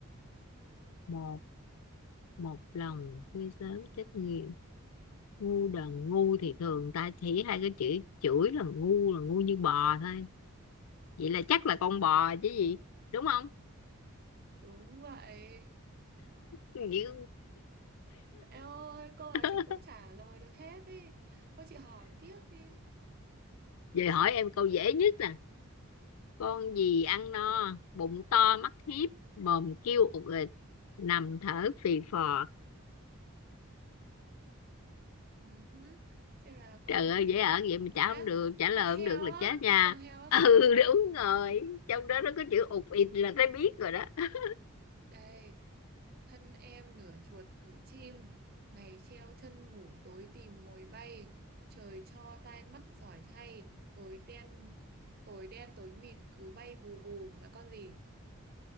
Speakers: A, on the left; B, on the right.
A: một một lòng vui sớm chết người. Ngu đần ngu thì thường ta chỉ hai cái chữ chửi là ngu là ngu như bò thôi. Vậy là chắc là con bò chứ gì, đúng không?
B: Đúng vậy.
A: Vậy-
B: Em ơi, câu nào
A: <laughs>
B: chị cũng trả lời được hết đi. Thôi chị hỏi tiếp đi.
A: Vậy hỏi em câu dễ nhất nè. con gì ăn no bụng to mắt hiếp mồm kêu ụt ịt nằm thở phì phò
B: Ừ hứ, Xem là con
A: trời
B: gì
A: ơi dễ
B: à?
A: ở vậy mà trả
B: À,
A: không được trả lời
B: con heo
A: không được là
B: á,
A: chết nha
B: con heo á,
A: <laughs>
B: con
A: ừ
B: heo á.
A: đúng rồi trong đó nó có chữ ụt ịt là thấy biết rồi đó <laughs>
B: Đây, thân em nửa chuột nửa chim, ngày treo chân ngủ tối tìm mồi bay, trời cho tai mắt giỏi thay, tối đen tối đen tối mịt cứ bay vù vù là con gì?